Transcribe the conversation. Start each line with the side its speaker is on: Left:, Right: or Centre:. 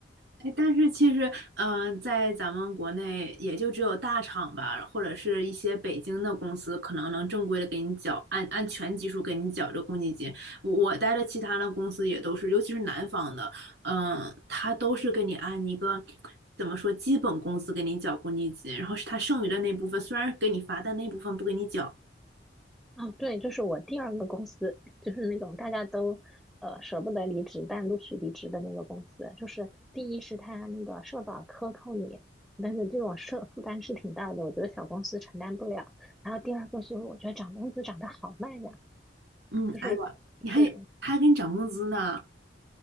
Right: 哎，但是其实，嗯、呃在咱们国内也就只有大厂吧，或者是一些北京的公司，可能能正规的给你缴，按按全基数给你缴这个公积金。我我待的其他的公司也都是，尤其是南方的，嗯、他都是给你按一个怎么说基本工资给你缴公积金，然后是他剩余的那部分，虽然给你发，但那部分不给你缴。
Centre: 哦，对，就是我第二个公司，就是那种大家都呃舍不得离职，但陆续离职的那个公司。就是第一是他那个社保克扣你，但是这种社负担是挺大的，我觉得小公司承担不了。然后第二个是我觉得涨工资涨得好慢呀，
Right: 嗯，
Centre: 就是就是
Right: 哎呀，你还他还给你涨工资呢。